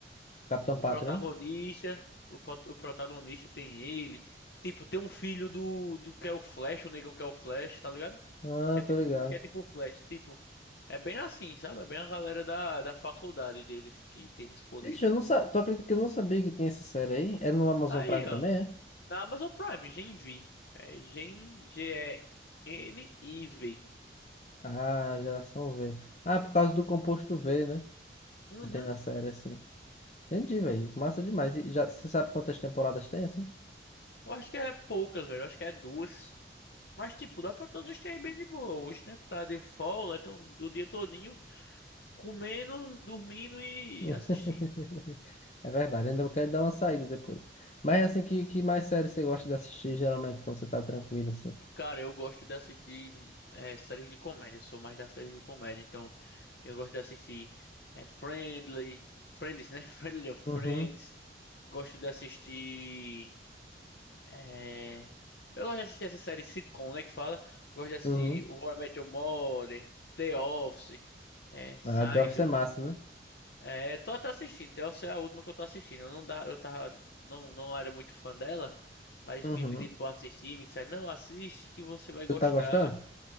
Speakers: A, on the left (about 40°); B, on the left (about 70°).
A: Capitão
B: o
A: Pátria,
B: protagonista,
A: né?
B: o, pro- o protagonista tem ele. Tipo, tem um filho do, do que é o Flash, o negão que é o Flash, tá ligado?
A: Ah,
B: Que é tipo,
A: tô ligado.
B: que é tipo o Flash, tipo. É bem assim, sabe? É bem a galera da, da faculdade deles que tem esses poderes.
A: Vixe, eu não sa... Tu acredita que eu não sabia que tinha essa série aí? É no Amazon
B: Aí,
A: Prime
B: ó.
A: também, é?
B: Na Amazon Prime, Gen V. É Gen, G-E-N-I-V.
A: Ah, geração V. Ah, por causa do composto V, né?
B: Uhum.
A: Que tem na série, assim. Entendi, velho. Massa demais. E já, você sabe quantas temporadas tem, assim?
B: Eu acho que é poucas, velho. Eu acho que é duas. Mas, tipo, dá pra todos assistir aí bem de boa. Hoje, né? Tá de folga, então do dia todo comendo, dormindo e
A: <laughs>
B: assistindo.
A: É verdade, ainda eu quero dar uma saída depois. Mas, assim, que, que mais série você gosta de assistir, geralmente, quando você tá tranquilo, assim?
B: Cara, eu gosto de assistir é, séries de comédia. Eu sou mais da série de comédia. Então, eu gosto de assistir é, Friendly. Friends, né? <laughs> Friendly of Friends.
A: Uhum,
B: Gosto de assistir. é, Eu gosto de assistir essa série sitcom, né? Que fala. Gosto de assistir
A: uhum.
B: How I Met Your Mother, The Office, é, Seinfeld.
A: Ah, The Office é massa, né?
B: É, tô até assistindo. Essa é a última que eu tô assistindo. Eu não dá, eu tava, não, não era muito fã dela, mas
A: Uhum.
B: me pediram pra eu assistir, me disseram, não, assiste que você vai gostar.
A: Tu tá gostando?